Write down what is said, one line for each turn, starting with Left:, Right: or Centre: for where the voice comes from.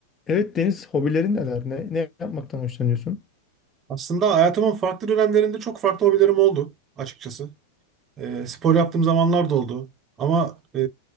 Left: Evet Deniz, hobilerin neler? Ne, ne yapmaktan hoşlanıyorsun?
Right: Aslında hayatımın farklı dönemlerinde çok farklı hobilerim oldu açıkçası. Ee, spor yaptığım zamanlar da oldu. Ama e,